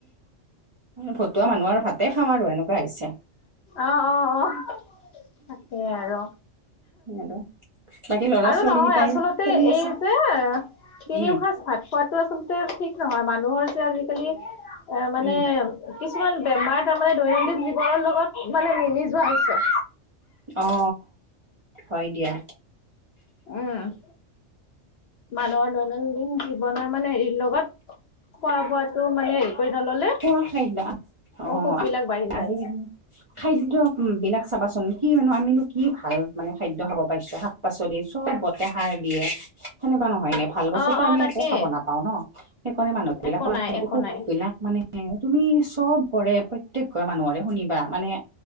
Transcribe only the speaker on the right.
ভতুৱা মানুহ আৰু ভাতে খাওঁ আৰু এনেকুৱা হৈছে
আৰু বাকী ল'ৰা
ছোৱালী
কেইটাই
খেলি আছে।
উম,
উম,
অ হয় দিয়া
খোৱা খাদ্য অ
আজ
খাদ্য বিলাক চাবাচোন কি মানো আমিনো কি ভাল মানে খাদ্য খাব পাৰিছো শাক-পাচলি চব বতে সাৰ দিয়ে সেনেকুৱা নহয় নে ভাল বস্তুটো
আমি
একো খাব নাপাওঁ ন সেইকাৰণে মানুহবিলাকৰ
অসুখবিলাক
এ তুমি চব বৰে প্ৰত্যেক ঘৰে মানুহৰে শুনিবা মানে